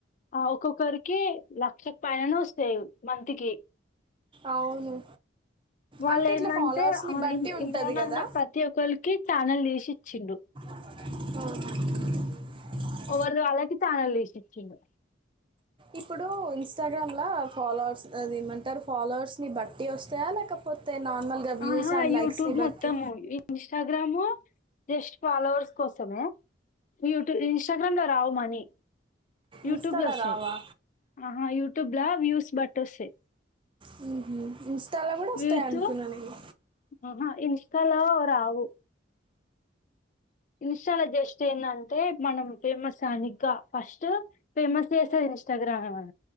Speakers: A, on the left; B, on the right.
A: ఆ ఒక్కొక్కరికి లక్షకి పైననే వస్తాయి మంత్కి
B: అవును
A: వాళ్ళ
B: అంటే ఇట్లా
A: ఏందంటే
B: ఫాలోవర్స్ని బట్టి ఉంటుంది
A: ఇంద్రనన్న
B: కదా
A: అన్న ప్రతి ఒక్కరికి ఛానల్ తీసి ఇచ్చిడు
B: ఆహా
A: ఎవరిది వాళ్లకి ఛానల్ తీసి ఇచ్చిండు
B: ఇప్పుడు ఇన్స్టాగ్రామ్లా ఫాలోవర్స్ అది ఏమంటారు ఫాలోవర్స్ని బట్టి వస్తాయా లేకపోతే అంటే నార్మల్ గా వ్యూస్
A: ఆహా!
B: అండ్ లైక్స్ని
A: యూట్యూబ్
B: బట్టి
A: మొత్తము, ఇన్‌స్టాగ్రాము జస్ట్ ఫాలోవర్స్ కోసమే యూట్యూ ఇన్స్టాగ్రామ్ లో రావు మనీ యూట్యూబ్
B: ఇన్స్టాలో
A: ల వస్తాయి
B: రావా
A: అహా యూట్యూబ్ల వ్యూస్ బట్టి వస్తాయి
B: హుహు ఇన్స్టా లా కూడా వస్తాయి
A: వ్యూసు
B: అనుకున్నా నేను
A: ఆహా ఇన్స్లా లో రావు ఇన్స్టాల జస్ట్ ఏందంటే మనం ఫేమస్ గానీకా ఫస్ట్ ఫేమస్ చేస్తది ఇన్స్టాగ్రామ్